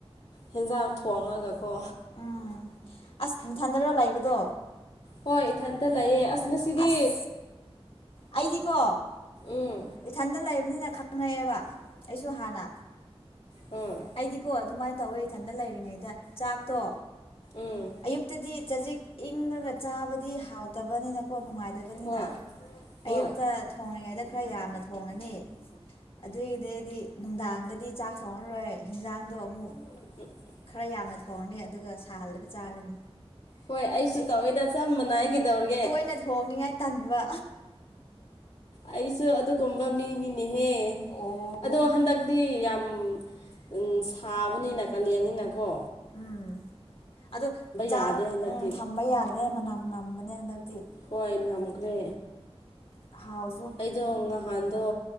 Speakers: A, on the left; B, on the left.
A: ꯍꯤꯟꯖꯥꯡ ꯊꯣꯡꯉꯒꯀꯣ
B: ꯎꯝ ꯑꯁ ꯅꯊꯟꯗꯔꯣ ꯂꯩꯕꯗꯣ
A: ꯍꯣꯏ ꯏꯊꯟꯇ ꯂꯩꯌꯦ ꯑꯁ ꯉꯁꯤꯗꯤ
B: ꯑꯁ ꯑꯩꯗꯤꯀꯣ
A: ꯎꯝ
B: ꯏꯊꯟꯇ ꯂꯩꯕꯅꯤꯅ ꯈꯪꯉꯛꯑ‌ꯦꯕ ꯑꯩꯁꯨ ꯍꯥꯟꯅ
A: ꯎꯝ
B: ꯑꯩꯗꯤꯀꯣ ꯑꯗꯨꯃꯥꯏꯅ ꯇꯧꯋꯦ ꯏꯊꯟꯇ ꯂꯩꯔꯤꯉꯩꯗ ꯆꯥꯛꯇꯣ
A: ꯎꯝ
B: ꯑꯌꯨꯛꯇꯗꯤ ꯆꯖꯤꯛ ꯏꯪꯉꯒ ꯆꯥꯕꯗꯤ ꯍꯥꯎꯇꯕꯅꯤꯅꯀꯣ ꯅꯨꯡꯉꯥꯏ ꯇꯕꯅꯤꯅ
A: ꯍꯣꯏ ꯍꯣꯏ
B: ꯑꯌꯨꯛꯇ ꯊꯣꯡꯉꯤꯉꯩꯗ ꯈꯔ ꯌꯥꯝꯅ ꯊꯣꯡꯉꯅꯤ ꯑꯗꯨꯏꯗꯩꯗꯤ ꯅꯨꯡꯗꯥꯡꯗꯗꯤ ꯆꯥꯛ ꯊꯣꯡꯉꯔꯣꯏ ꯍꯤꯟꯖꯥꯡꯗꯣ ꯑꯃꯨꯛ
A: <inaudible>
B: ꯈꯔ ꯌꯥꯝꯅ ꯊꯣꯡꯉꯅꯤ ꯑꯗꯨꯒ ꯁꯥꯍꯜꯂꯒ ꯆꯥꯔꯅꯤ
A: ꯍꯣꯏ ꯑꯩꯁꯨ
B: ꯑꯩꯗꯤ
A: ꯇꯧꯏꯗ ꯆꯞ ꯃꯥꯟꯅꯩ ꯀꯩꯗꯧꯔꯒꯦ
B: ꯇꯣꯏꯅ ꯊꯣꯡꯅꯤꯡꯉꯥꯏ ꯇꯟꯕ
A: ꯑꯩꯁꯨ ꯑꯗꯨꯒꯨꯝꯕ ꯃꯤꯅꯤꯅꯦꯍꯦ
B: ꯑꯣ
A: ꯑꯗꯣ ꯍꯟꯗꯛꯇꯤ ꯌꯥꯝ ꯎꯝ ꯁꯥꯕꯅꯤꯅ ꯀꯜꯂꯤꯟ ꯅꯤꯅꯀꯣ
B: ꯎꯝ ꯑꯗꯣ ꯆꯥꯛ
A: ꯌꯥꯗꯦ ꯍꯟꯗꯛꯇꯤ
B: ꯎꯝ ꯊꯝꯕ ꯌꯥꯗ꯭ꯔꯦ ꯃꯅꯝ ꯅꯝꯕꯅꯦ ꯍꯟꯗꯛꯇꯤ
A: ꯍꯣꯏ ꯅꯝꯈ꯭ꯔꯦ
B: ꯍꯥꯎ
A: ꯑꯩꯗꯣ ꯉꯍꯥꯟꯗꯣ